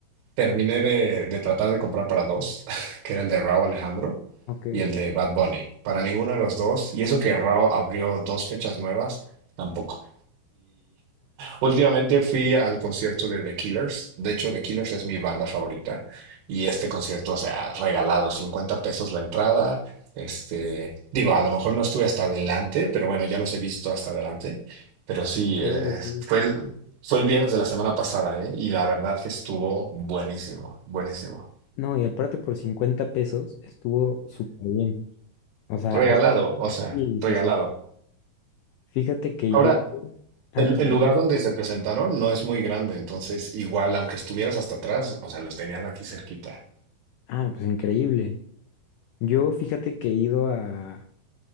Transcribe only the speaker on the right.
terminé de, de tratar de comprar para dos, <laughs> que era el de Rauw Alejandro
y el de Bad Bunny. Para ninguno de los dos, y eso que Rauw abrió dos fechas nuevas, tampoco. Últimamente fui al concierto de The Killers. De hecho, The Killers es mi banda favorita. Y este concierto, o sea, regalado, 50 pesos la entrada. Este, digo, a lo mejor no estuve hasta adelante, pero bueno, ya los he visto hasta adelante. Pero sí,
eh, eh,
fue el, fue el viernes de la semana pasada, ¿eh? Y la verdad que estuvo buenísimo, buenísimo.
Regalado, o sea,
regalado.
Ahora,
el,
el lugar donde se presentaron no es muy grande, entonces igual, aunque estuvieras hasta atrás, o sea, los tenías aquí cerquita.